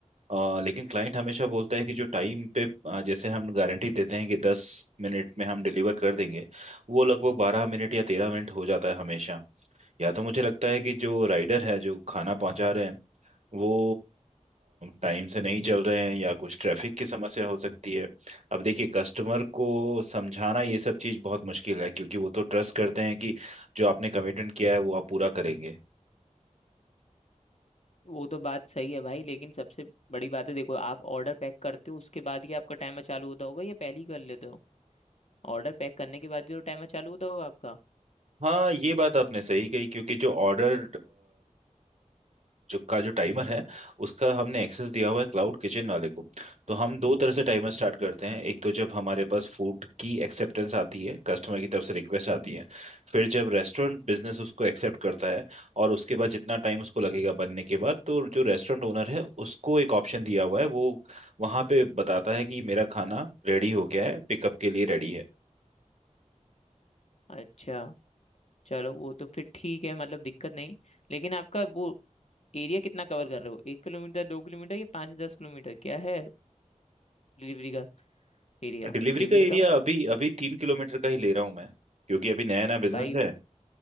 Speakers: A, on the right (about 60°); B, on the left (about 60°).
A: अ, लेकिन क्लाइंट हमेशा बोलता है कि जो टाइम पे अ, जैसे हम गारंटी देते हैं कि दस मिनट में हम डिलीवर कर देंगे वो लगभग बारह मिनट या तेरह मिनट हो जाता है हमेशा या तो मुझे लगता है कि जो राइडर है जो खाना पहुंचा रहे हैं वो टाइम से नहीं चल रहे हैं या कुछ ट्रैफिक की समस्या हो सकती है अब देखिए कस्टमर को समझाना ये सब चीज़ बहुत मुश्किल है क्योंकि वो तो ट्रस्ट करते हैं कि जो आपने कमिटमेंट किया है वो आप पूरा करेंगे
B: वो तो बात सही है भाई लेकिन सबसे बड़ी बात है देखो आप ऑर्डर पैक करते हो उसके बाद ही आपका टाइमर चालू होता होगा या पहले ही कर लेते हो ऑर्डर पैक करने के बाद जो टाइमर चालू होता होगा आपका
A: हाँ ये बात आपने सही कही क्योंकि जो ऑर्डर जो का जो टाइमर है उसका हमने एक्सेस दिया हुआ है क्लाउड किचन वाले को तो हम दो तरह से टाइमर स्टार्ट करते हैं एक तो जब हमारे पास फूड की एक्सेप्टेंस आती है कस्टमर की तरफ से रिक्वेस्ट आती है फिर जब रेस्टोरेंट बिजनेस उसको एक्सेप्ट करता है और उसके बाद जितना टाइम उसको लगेगा बनने के बाद तो जो रेस्टोरेंट ओनर है उसको एक ऑप्शन दिया हुआ है वो वहां पे बताता है कि मेरा खाना रेडी हो गया है पिकअप के लिए रेडी है
B: अच्छा चलो वो तो फिर ठीक है मतलब दिक्कत नहीं लेकिन आपका वो एरिया कितना कवर कर रहे हो एक किलोमीटर दो किलोमीटर या पाँच दस किलोमीटर क्या है डिलीवरी का एरिया
A: डिलीवरी
B: ये
A: का
B: भी बताओ
A: एरिया अभी अभी तीन किलोमीटर का ही ले रहा हूँ मैं क्योंकि अभी नया नया बिजनेस
B: भाई
A: है